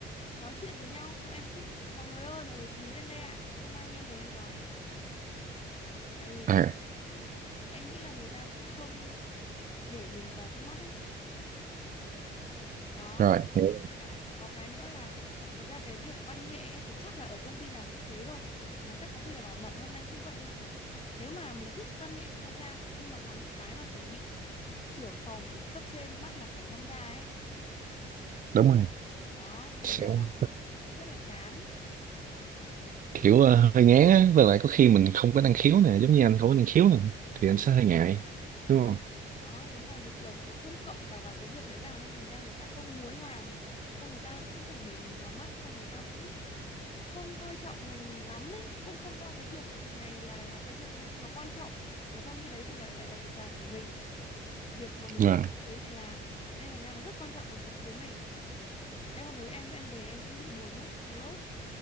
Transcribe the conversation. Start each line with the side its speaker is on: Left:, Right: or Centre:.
Left: nói chuyện với nhau xong em cứ mọi người ơi mọi người chú ý lên đây ạ kiểu không ai nghe lời em nói ấy. tại vì người
Right: à
Left: ta cũng, em nghĩ là người ta cũng không để mình vào trong mắt ấy đó
Right: rồi hiểu
Left: với cả có cái nữa là thật ra cái việc văn nghệ ấy, thì chắc là ở công ty nào cũng thế thôi mà chắc có khi là bản bản thân anh cũng vậy thôi kiểu nếu mà mình thích văn nghệ thì không sao nhưng mà có những cái mà kiểu bị trưởng phòng bị cấp trên bắt là phải tham gia ấy
Right: đúng rồi
Left: đó thế thành ra
Right: Hiểu.
Left: nó cũng rất là chán
Right: kiểu ờ, hơi ngán á với lại có khi mình không có năng khiếu nè giống như anh không có năng khiếu nè thì anh sẽ hơi ngại đúng không
Left: Đó đúng rồi thì kiểu cũng cũng cộng cả vào cái việc đấy vào nên thành ra người ta không muốn làm xong người ta lại cũng chẳng để mình vào mắt xong người ta cũng không coi trọng mình lắm ấy cũng không coi cái việc này là là cái việc nó nó quan trọng và trong khi đấy thì lại lại là việc làm của mình việc mà mình
Right: vâng
Left: được thuê đến để làm thế nên thành ra nó rất quan trọng với với với mình thế hôm đấy em em về em cũng bị buồn mất một lúc